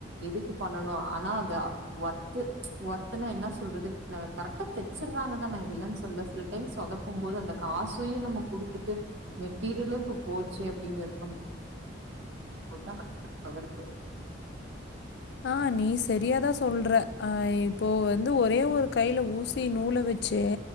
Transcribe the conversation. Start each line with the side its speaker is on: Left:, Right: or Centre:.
Right: எதுக்கு பண்ணணு ஆனா அது ஒர்த்து ஒர்த்துன்னா என்ன சொல்றது ஆ கரெட்டா தெச்சர்றாங்கதா நா இல்லைன்னு சொல்லல சில டைம்ஸ் சொதப்பும் போது அந்த காசையு நம்ம குடுத்துட்டு மெட்டீரியலு இப்ப போச்சே அப்டின்னு இருக்கும் <unintelligible>
Left: ஆ நீ செரியாதா சொல்ற ஆஹ் இப்போ வந்து ஒரே ஒரு கையில ஊசி நூல வச்செ